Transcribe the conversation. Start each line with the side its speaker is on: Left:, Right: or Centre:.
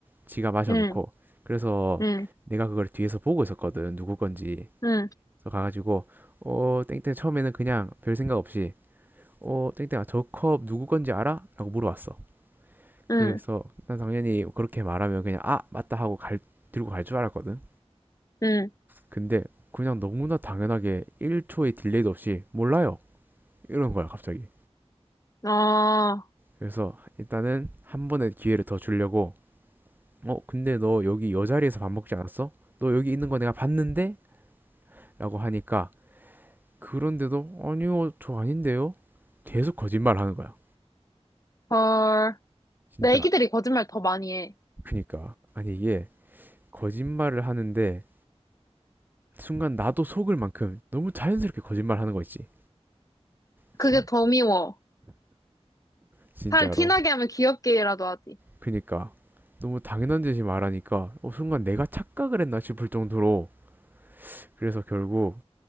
Right: 지가 마셔놓고.
Left: 음,
Right: 그래서
Left: 음,
Right: 내가 그걸 뒤에서 보고 있었거든. 누구 건지.
Left: 음, 음,
Right: 그래서 가가지고 어 땡땡 처음에는 그냥 별 생각 없이 어 땡땡아 저 컵 누구 건지 알아? 라고 물어봤어.
Left: 음,
Right: 그래서 난 당연히 그렇게 말하면 그냥 아 맞다 하고 갈 들고 갈 줄 알았거든.
Left: 음,
Right: 근데 그냥 너무나 당연하게 1초의 딜레이도 없이 몰라요. 이런 거야 갑자기.
Left: 아,
Right: 그래서 일단은 한 번의 기회를 더 주려고 어, 근데 너 여기 여 자리에서 밥 먹지 않았어? 너 여기 있는 거 내가 봤는데? 라고 하니까 그런데도 아니요, 저 아닌데요? 계속 거짓말 하는 거야.
Left: 헐.
Right: 진짜.
Left: 내 애기들이 거짓말 더 많이 해.
Right: 그니까. 아니 이게 거짓말을 하는데 순간 나도 속을 만큼 너무 자연스럽게 거짓말 하는 거 있지. 진,
Left: 그게 더 미워.
Right: 진짜로.
Left: 살 티나게 하면 귀엽게라도 하지.
Right: 그니까. 너무 당연한 듯이 말하니까 어, 순간 내가 착각을 했나 싶을 정도로 그래서 결국